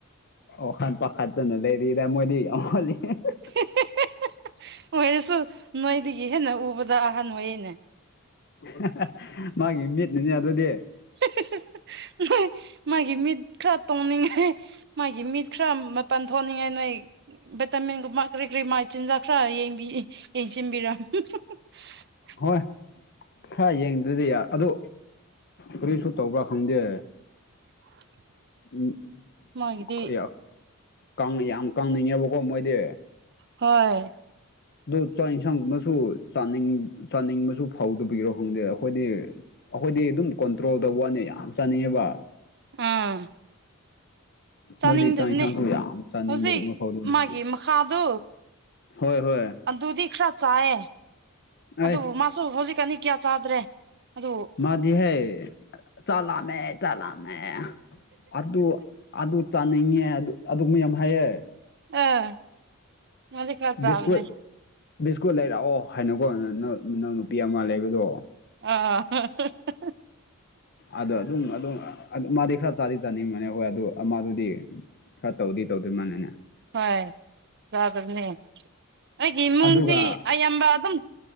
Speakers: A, on the left (about 50°); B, on the right (about 50°).
A: ꯋꯥꯈꯟ ꯄꯥꯈꯠꯇꯅ ꯂꯩ <unintelligible> ꯃꯣꯏꯗꯤ <unintelligible>
B: <unintelligible> ꯑꯣꯏꯔꯁꯨ ꯅꯣꯏꯗꯒꯤ ꯍꯦꯟꯅ ꯎꯕꯗ ꯑꯍꯟ ꯑꯣꯏꯌꯦꯅꯦ
A: <inaudible> ꯃꯥꯒꯤ ꯃꯤꯠꯅꯅꯦ ꯑꯗꯨꯗꯤ
B: <unintelligible> ꯃꯥꯒꯤ ꯃꯤꯠ ꯈꯔ ꯇꯣꯡꯅꯤꯡꯉꯥꯏ ꯃꯥꯒꯤ ꯃꯤꯠ ꯈꯔ ꯃꯄꯥꯟ ꯊꯣꯛꯅꯤꯡꯉꯥꯏ ꯅꯣꯏ ꯚꯤꯇꯥꯃꯤꯟꯒꯨꯝꯕ ꯀꯔꯤ ꯀꯔꯤ ꯃꯥꯏ ꯆꯤꯟꯖꯥꯛ ꯈꯔ ꯌꯦꯡꯕꯤ ꯌꯦꯡꯁꯤꯟꯕꯤꯔꯝ <unintelligible>
A: ꯍꯣꯏ ꯈꯔ ꯌꯦꯡꯗ꯭ꯔꯗꯤ ꯌꯥ ꯑꯗꯨ ꯀꯔꯤꯁꯨ ꯇꯧꯕ꯭ꯔꯥ ꯈꯪꯗꯦ
B: <unintelligible>
A: ꯎꯝ
B: ꯃꯥꯒꯤꯗꯤ
A: ꯈꯌꯥꯛ ꯀꯪꯅꯤ ꯌꯥꯝꯅ ꯀꯪꯅꯤꯡꯉꯦꯕꯀꯣ ꯃꯣꯏꯗꯤ
B: ꯍꯣꯏ
A: ꯑꯗꯣ ꯆꯥꯛ ꯌꯦꯟꯁꯥꯡꯒꯨꯝꯅꯁꯨ ꯆꯥꯅꯤꯡ ꯆꯥꯅꯤꯡꯕꯁꯨ ꯐꯧꯗꯕꯤꯔꯣ ꯈꯪꯗꯦ ꯑꯩꯈꯣꯏꯗꯤ ꯑꯩꯈꯣꯏꯗꯤ ꯑꯗꯨꯝ ꯀꯟꯇ꯭ꯔꯣꯜ ꯇꯧꯕ ꯋꯥꯅꯤ ꯌꯥꯝ ꯆꯥꯅꯤꯡꯉꯦꯕ
B: ꯑꯥ ꯆꯥꯅꯤꯡꯗꯕꯅꯦ
A: ꯃꯣꯏꯗꯤ ꯆꯥꯛ ꯏꯟꯁꯥꯡꯁꯨ ꯌꯥꯝ ꯆꯥꯅꯤꯡꯕꯒꯨꯝꯕ
B: ꯍꯧꯖꯤꯛ
A: ꯐꯥꯎꯗꯨꯔꯃꯅꯦ
B: ꯃꯥꯒꯤ ꯃꯈꯥꯗꯨ
A: ꯍꯣꯏ ꯍꯣꯏ
B: ꯑꯗꯨꯗꯤ ꯈꯔ ꯆꯥꯏꯌꯦ
A: ꯑꯩꯁ
B: ꯑꯗꯨꯕꯨ ꯃꯥꯁꯨ ꯍꯧꯖꯤꯛꯀꯥꯟꯗꯤ ꯀꯌꯥ ꯆꯥꯗ꯭ꯔꯦ ꯑꯗꯨ
A: ꯃꯥꯗꯤ ꯍꯦ ꯆꯥ ꯂꯥꯝꯃꯦ ꯆꯥ ꯂꯥꯝꯃꯦ ꯑꯗꯨ ꯑꯗꯨ ꯆꯥꯅꯤꯡꯉꯦ ꯑꯗꯨ ꯃꯌꯥꯝ ꯍꯥꯏꯌꯦ
B: ꯑꯥ ꯃꯥꯗꯤ ꯈꯔ ꯆꯥꯕꯅꯦ
A: ꯕꯤꯁꯀꯨꯠ ꯕꯤꯁꯀꯨꯠ ꯂꯩꯔꯛꯑꯣ ꯍꯥꯏꯅꯀꯣ ꯅꯅ ꯅꯅꯥꯎ ꯅꯨꯄꯤ ꯑꯃ ꯂꯩꯕꯗꯣ
B: ꯑ <unintelligible>
A: ꯑꯗꯣ ꯑꯗꯨꯝ ꯑꯗꯨꯝ ꯃꯥꯗꯤ ꯈꯔ ꯇꯥꯗꯤ ꯆꯥꯅꯤꯡꯕꯅꯦ ꯍꯣꯏ ꯑꯗꯨ ꯃꯥꯗꯨꯗꯤ ꯈꯔ ꯇꯧꯗꯤ ꯇꯧꯗꯣꯏ ꯃꯥꯜꯂꯦꯅꯦ
B: ꯍꯣꯏ ꯆꯗꯕꯅꯦ ꯑꯩꯒꯤ ꯏꯃꯨꯡꯗꯤ
A: ꯑꯗꯨꯒ
B: ꯑꯩ ꯑꯌꯥꯝꯕ ꯑꯗꯨꯝ